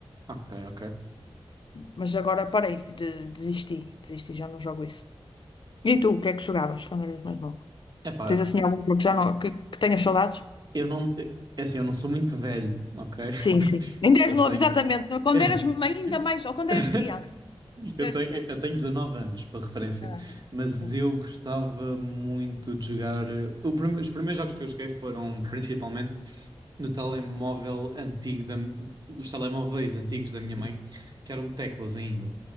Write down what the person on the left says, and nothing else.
Mas agora parei, de- desisti, desisti, já não jogo isso. E tu, o que é que jogavas quando eras mais novo?
Tens assim algum jogo que já não, que, que tenhas saudades?
Sim, sim. Ainda
és
novo, exatamente. Quando
eras ma- ainda mais, ou quando
eras criança. Quando
eras
criança.
Ah, não.
Não
é.